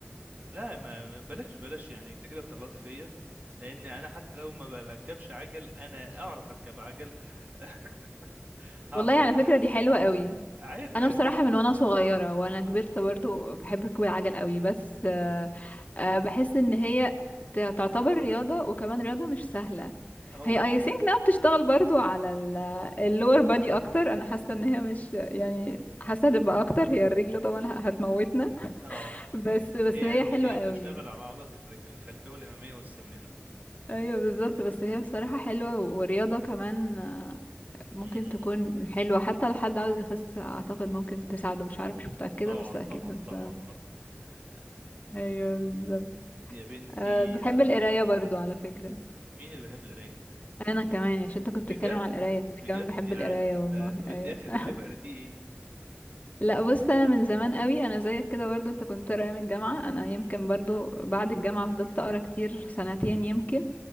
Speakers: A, on the right (about 40°); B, on the left (about 40°).
A: لا ما ما- بلاش بلاش يعني انت كده بتغلطي فيا لان انا حتى لو ما بركبش عجل انا اعرف اركب عجل <laughs> هعرف
B: والله على
A: اركب
B: فكرة دي حلوة قوي
A: عارف
B: انا
A: عارف
B: بصراحه
A: انا
B: من وانا صغيره وانا كبرت برضو بحب ركوب العجل قوي بس آه، آه، بحس ان هي ت- تعتبر رياضه وكمان رياضه مش سهله
A: أو...
B: هي
A: بت-
B: اي ثينك انها بتشتغل برضو على اللور بادي اكتر انا حاسه ان هي مش يعني حاسه هتبقى اكتر هي الرجل طبعا ه- هتموتنا
A: اه
B: <laughs> بس بس
A: هي
B: هي
A: بت...
B: حلوه
A: هي
B: قوي
A: بتشتغل على عضلة الرجل الخلفية والأمامية والسمانة
B: ايوه بالظبط بس هي بصراحه حلوه ورياضه كمان آه، ممكن
A: مم.
B: تكون حلوه حتى لو حد عاوز يخس اعتقد ممكن تساعده مش عارف مش متاكده
A: طبعا
B: بس اكيد
A: طبعا
B: هتساعده
A: طبعا طبعا آه،
B: ايوه بالظبط
A: يا بنتي
B: أه بحب
A: آه،
B: القرايه برضو على فكره
A: مين اللي بيحب القراية
B: انا كمان يعني عشان انت كنت
A: بجد
B: بتتكلم على القرايه انا
A: بجد
B: كمان بحب
A: يعني
B: القرايه
A: طب
B: والله
A: ده- طب
B: ايوه
A: انت اخر
B: <laughs>
A: كتاب قريتيه
B: لا بص انا من زمان قوي انا زيك كده برضو انت كنت قارئ من الجامعه انا يمكن برضو بعد الجامعه فضلت اقرا كتير سنتين يمكن